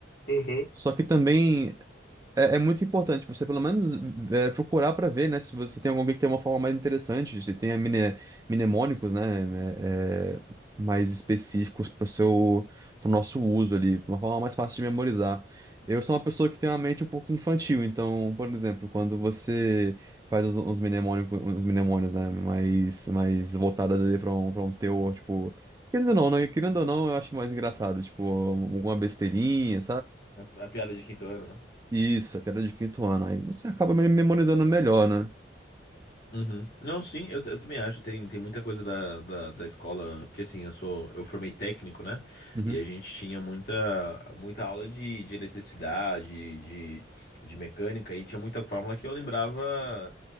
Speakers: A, on the left (about 55°); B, on the right (about 20°).
A: Uhum.
B: Só que também É, é muito importante você, pelo menos, é, procurar para ver, né? Se você tem algum que tem uma forma mais interessante, se tem a mne- mnemônicos, né? é, é, mais específicos para o seu, para nosso uso ali, uma forma mais fácil de memorizar. Eu sou uma pessoa que tem uma mente um pouco infantil, então, por exemplo, quando você faz os, os mnemônicos, os mnemônios, né? Mais, mais voltadas ali para um, para um teor, tipo. Querendo ou não, né? Querendo ou não, eu acho mais engraçado, tipo, alguma besteirinha,
A: A a piada de quinto ano, né?
B: isso, a piada de quinto ano. Aí você acaba me- memorizando melhor, né?
A: Uhum. Não, sim, eu, eu também acho. Tem, tem muita coisa da, da, da escola, porque assim, eu sou, eu formei técnico, né?
B: Uhum.
A: E a gente tinha muita, muita aula de, de eletricidade, de, de mecânica, e tinha muita fórmula que eu lembrava,